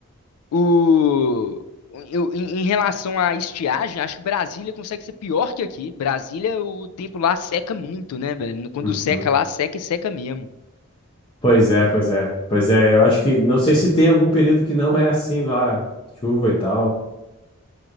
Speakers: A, on the left; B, on the left.
A: o, eu- em, em relação à estiagem, acho que Brasília consegue ser pior que aqui. Brasília, o tempo lá seca muito, né, velho? Quando
B: Uhum.
A: seca lá, seca e seca mesmo.
B: Pois é, pois é. Pois é, eu acho que não sei se tem algum período que não é assim lá, chuva e tal.